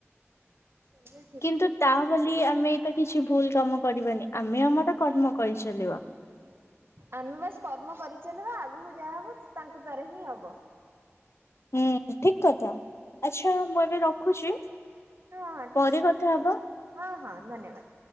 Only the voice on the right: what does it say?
<unintelligible>
ଆମେ ବାସ୍ କର୍ମ କରିଚାଲିବା ଆଗକୁ ଯାହା ହବ ତାଙ୍କ ଦ୍ଵାରା ହିଁ ହବ।
ହଁ ହଁ ଠିକ
ଅଛି
ଧନ୍ୟବାଦ
ହଁ ହଁ ଧନ୍ୟବାଦ।